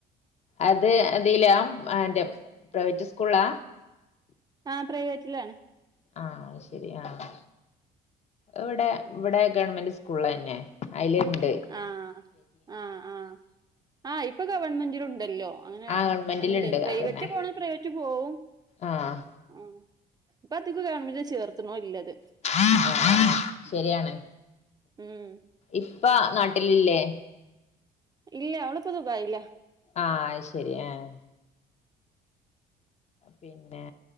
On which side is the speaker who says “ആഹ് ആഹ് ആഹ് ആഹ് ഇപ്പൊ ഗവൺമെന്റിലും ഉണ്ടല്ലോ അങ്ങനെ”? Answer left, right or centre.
Right